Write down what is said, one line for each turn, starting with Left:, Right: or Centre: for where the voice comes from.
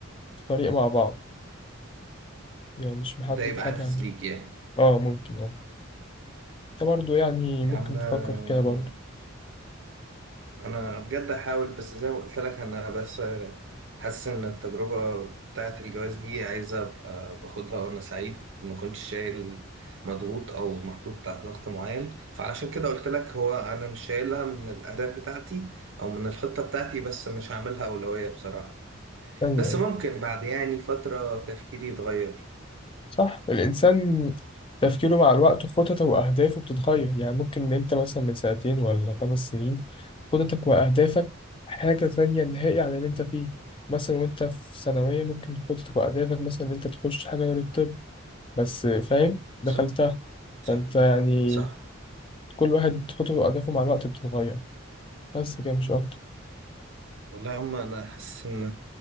Left: طريق مع بعض يعني مش محدد
Right: ده يبقى
Left: حاجة
Right: حافز
Left: يعني
Right: ليك يعني
Left: اه ممكن اه انت برضه يعني ممكن
Right: يا عم آه،
Left: تفكر في كده برضه
Right: انا بجد هحاول بس زي ما قلت لك انا بس آه، حاسس ان التجربه بتاعه الجواز دي عايزه ابقى باخدها وانا سعيد ما كنتش شايل مضغوط او محطوط تحت ضغط معين فعلشان كده قلت لك هو انا مش شايلها من الاهداف بتاعتي او من الخطه بتاعتي بس مش هعملها اولويه بصراحه
Left: ايوه
Right: بس ممكن بعد يعني فتره تفكيري يتغير
Left: صح الانسان تفكيره مع الوقت خططه واهدافه بتتغير يعني ممكن ان انت مثلا من سنتين ولا خمس سنين خططك واهدافك حاجة تانية نهائي عن اللي انت فيه مثلا وانت في ثانوية ممكن خططك واهدافك مثلا ان انت تخش حاجة غير الطب بس فاهم دخلتها
Right: صح صح
Left: فانت يعني
Right: صح
Left: كل واحد خططه واهدافه مع الوقت بتتغير بس كده مش اكتر
Right: والله يا عم انا حاسس ان